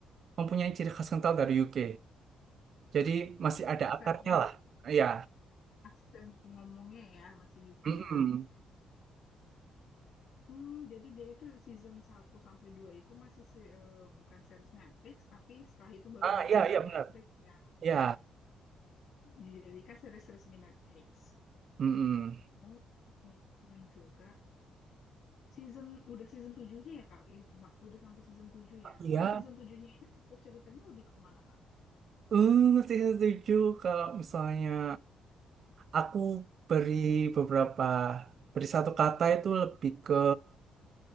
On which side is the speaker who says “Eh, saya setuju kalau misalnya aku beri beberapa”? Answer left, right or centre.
Right